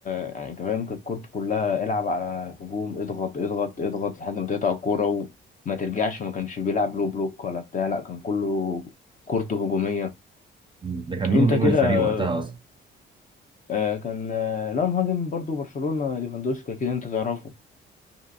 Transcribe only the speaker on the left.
يعني أنت فاهم كانت كورته كلها العب على هجوم اضغط اضغط اضغط لحد ما تقطع الكورة وما ترجعش ما كانش بيلعب لو بلوك ولا بتاع لا كان كله كورته هجومية
انت
كده
آه، كان آه، لا مهاجم برضو برشلونة ليفاندوسكي كده انت تعرفه